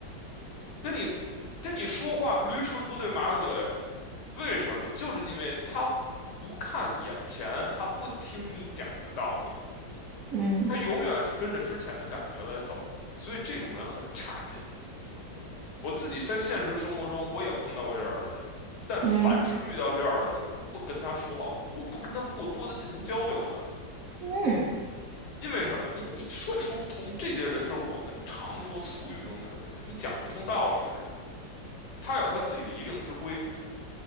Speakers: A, on the left; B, on the right.
A: 跟你跟你说话驴唇不对马嘴，为什么？就是因为他不看眼前，他不听你讲的道理。
B: 嗯
A: 他永远是跟着之前的感觉来走，所以这种人很差劲。我自己在现实生活中我也碰到过这样的人，但凡是遇到这样的人，
B: 嗯
A: 我不跟他说话，我不跟他过多的进行交流的。
B: 嗯
A: 因为什么？因为你说也说不通，这些人就是我们常说俗语中的什么，你讲不通道理的人。他有他自己的一定之规，